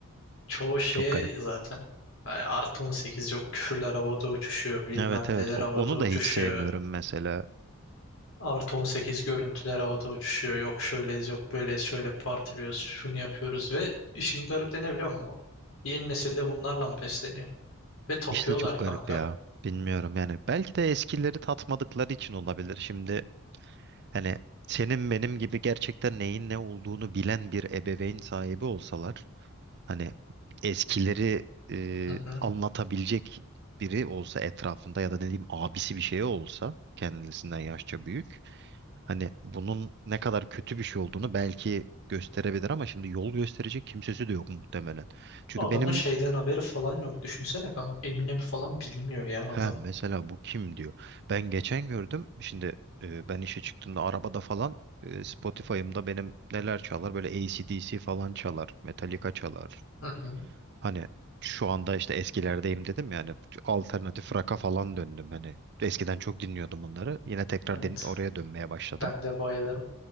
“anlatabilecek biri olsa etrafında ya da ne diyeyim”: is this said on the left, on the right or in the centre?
Right